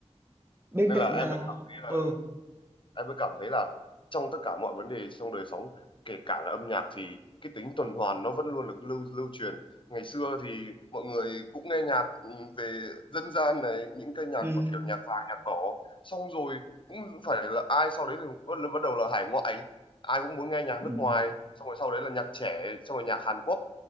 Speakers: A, on the right; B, on the left.
A: bên
B: nên
A: cạnh
B: là
A: ờ,
B: em mới cảm thấy
A: ừ
B: là em mới cảm thấy là trong tất cả mọi vấn đề trong đời sống kể cả là âm nhạc thì cái tính tuần hoàn nó vẫn luôn được lưu lưu truyền ngày xưa thì mọi người cũng nghe nhạc ừ, về dân gian này những cái nhạc
A: ừ
B: mà kiểu nhạc vàng nhạc đỏ xong rồi cũng phải là ai sau đấy thì bắt bắt đầu là hải ngoại ai cũng muốn nghe nhạc
A: ừ
B: nước ngoài xong rồi sau đấy là nhạc trẻ xong rồi nhạc Hàn Quốc